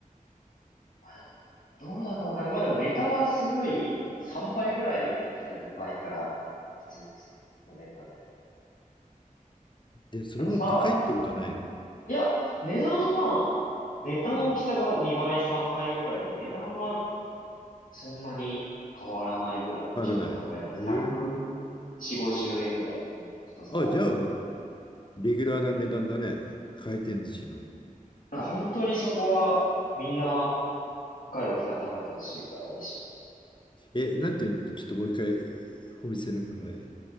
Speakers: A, on the left (about 75°); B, on the left (about 35°).
A: まあでも、どうだかわかんない。まあでもネタはすごい3倍ぐらい大きいから、2倍から普通にのネタで。
B: で、それも高いってことはないの
A: やっぱさ、いや、値段は、ネタの大きさが2倍、
B: うん。
A: 3倍ぐらいで、値段はそんなに変わらないぐらい。
B: 変わらない。
A: ちょっと高いぐらい。
B: へえ。
A: 140、50円ぐらい。一皿。
B: あ、じゃあ、レギュラーな値段だね。回転寿司の。
A: なんか本当にそこはみんな北海道来たら食べてほしいぐらい美味しい。
B: え、なんていうの、ちょっともう一回、お店の名前。